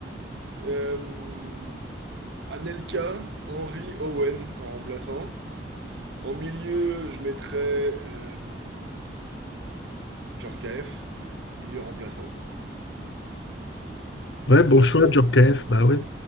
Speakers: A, on the right; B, on the left.
A: euh, Anelka, Henry, Owen en remplaçant. En milieu, je mettrais euh, Djorkaeff, milieu remplaçant.
B: Ouais, bon
A: Djorkaeff
B: choix, Djorkaeff,
A: était
B: bah ouais.